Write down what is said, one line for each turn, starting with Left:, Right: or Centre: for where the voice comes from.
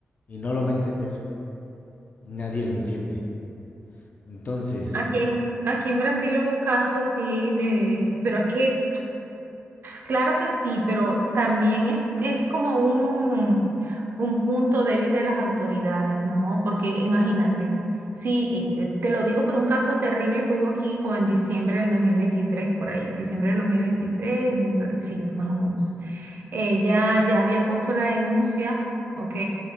Left: Y no lo va a entender. Nadie lo entiende. Entonces,
Right: Aquí, en- aquí en Brasil hubo casos, sí, de, pero es que Claro que sí, pero también es, es como un, un punto débil de las autoridades, ¿no? Porque imagínate, sí, y, eh, te lo digo por un caso terrible que hubo aquí como en diciembre del 2023 por ahí, diciembre del dos mil 2020, sí, más o menos. Ella ya había puesto la denuncia, ¿ok?